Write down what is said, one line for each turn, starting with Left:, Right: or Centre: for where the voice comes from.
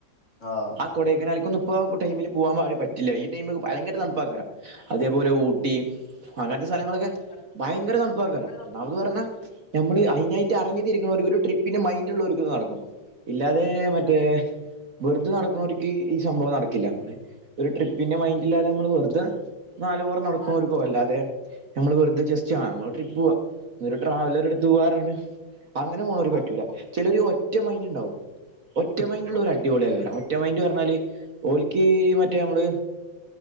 Left: ആഹ്
Right: കൊടേയ്ക്കനാല്ക്കൊന്ന് ഇപ്പോ ടൈമില് പോവാൻ വായ് പറ്റില്ല ഈ ടൈമിൽ ഭയങ്കര തണുപ്പാക്കാരം അതേപോലെ ഊട്ടി അങ്ങൻത്തെ സ്ഥലങ്ങളൊക്കെ
Left: അങ്ങനത്തെ സ്ഥലങ്ങളൊക്കെ
Right: ഭയങ്കര തണുപ്പാക്കാരം
Left: ഭയങ്കര തണുപ്പാണ്
Right: ഒന്നാമത് പറഞ്ഞാ നമ്മള് അയി ഇതിനായിട്ട് അറഞ്ഞി തിരിക്കുന്ന ഒരു ഒരു ട്രിപ്പിന്റെ മൈൻഡ് ഉള്ളോര്ക്ക് ഇത് നടക്കും. ഇല്ലാതെ മറ്റേ
Left: അതിന്
Right: വെറുതെ നടക്ക്നോർക്ക് ഈ സംഭവം നടക്കില്ല. ഒരു ട്രിപ്പിന്റെ മൈന്റ്ല്ലാതെ നമ്മള് വെറുതെ നാല് പുറം നടക്കുന്ന
Left: നാല്
Right: ഓർക്ക്
Left: മണി നടക്കും.
Right: അല്ലാതെ നമ്മൾ വെറുതെ ജസ്റ്റ് ആഹ് നമ്മള് ട്രിപ്പ് പോവാ ഒരു ട്രാവലർ എടുത്ത് പോവാറാഞ്ഞാട്ട് അങ്ങനെ പോണൊരു പറ്റൂല
Left: അങ്ങനെ
Right: ചിലര് ഒറ്റ മൈൻഡ് ഉണ്ടാവും ഒറ്റ മൈൻഡ് ഉള്ള
Left: ഒറ്റ
Right: ഒരു അടിപൊളിയേകാരം.
Left: മൈൻഡ്
Right: ഒറ്റമായിന്റ് പറഞ്ഞാല് ഓലിക്ക് മറ്റേ നമ്മള്